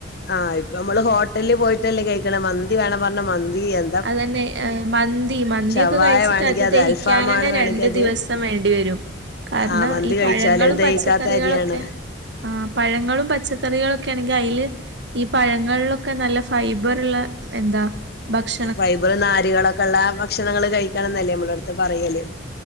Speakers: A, on the left; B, on the right.
A: ആഹ് ഇപ്പൊ നമ്മള് ഹോട്ടല് പോയിട്ടല്ലേ കഴിക്ണേ മന്തി വേണം പറഞ്ഞ മന്തി എ
B: അതന്നെ എ മന്തി മന്തി
A: ഷവായ
B: ഒക്കെ കഴിച്ചിട്ട്
A: വേണെങ്കി
B: അത് ദഹിക്കാനന്നെ
A: അൽഫാമാണ് വേണെങ്കി
B: രണ്ടു
A: അത്
B: ദിവസം വേണ്ടിവരും. കാരണം
A: ആഹ് മന്തി
B: ഈ
A: കഴിച്ചാല്
B: പഴങ്ങളും
A: ദഹിക്കാത്ത
B: പച്ചക്കറിളൊക്കെ.
A: അരിയാണ്
B: ആ പഴങ്ങളും പച്ചക്കറികളൊക്കെ ആണെങ്ക് അല് ഈ പഴങ്ങൾ ഒക്കെ നല്ല ഫ് ഫൈബർള്ള എന്താ ഭക്ഷ
A: ഫൈബർ നാര്കള് കളക്കെളേ ഭക്ഷണങ്ങള് കഴിക്കണംന്നല്ലേ നമ്മള അടുത്ത് പറയല്.